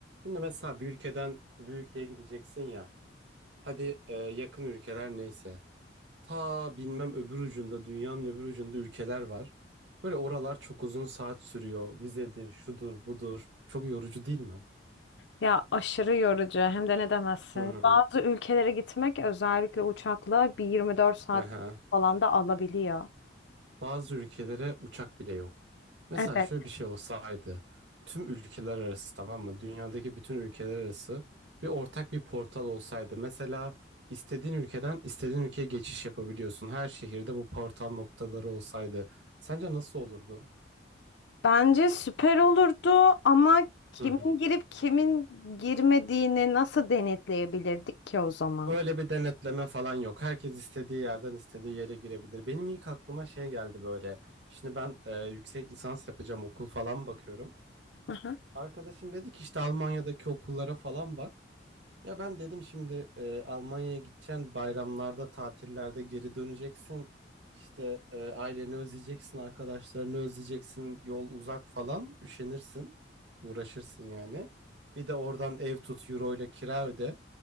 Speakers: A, on the right (about 75°); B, on the left (about 70°).
A: Şimdi mesela bir ülkeden bir ülkeye gideceksin ya. Hadi e, yakın ülkeler neyse. Ta bilmem öbür ucunda dünyanın öbür ucunda ülkeler var. Böyle oralar çok uzun saat sürüyor. Vizedir, şudur, budur. Çok yorucu değil mi?
B: Ya aşırı yorucu hem de ne demezsin.
A: Hı hı.
B: Bazı ülkelere gitmek özellikle uçakla bir 24 saat
A: Aha.
B: falan da alabiliyor.
A: Bazı ülkelere uçak bile yok. Mesela
B: Evet.
A: şöyle bir şey olsaydı, tüm ülkeler arası tamam mı? Dünyadaki bütün ülkeler arası bir ortak bir portal olsaydı. Mesela istediğin ülkeden istediğin ülkeye geçiş yapabiliyorsun. Her şehirde bu portal noktaları olsaydı. Sence nasıl olurdu?
B: Bence süper olurdu ama kimin
A: Hı hı.
B: girip kimin girmediğini nasıl denetleyebilirdik ki o zaman?
A: Öyle bir denetleme falan yok. Herkes istediği yerden istediği yere girebilir. Benim ilk aklıma şey geldi böyle. Şimdi ben e, yüksek lisans yapacağım okul falan bakıyorum.
B: Aha.
A: Arkadaşım dedi ki işte Almanya'daki okullara falan bak. Ya ben dedim şimdi e, Almanya'ya gideceksin, bayramlarda, tatillerde geri döneceksin. İşte e, aileni özleyeceksin, arkadaşlarını özleyeceksin, yol uzak falan, üşenirsin, uğraşırsın yani. Bir de oradan ev tut, euro ile kira öde.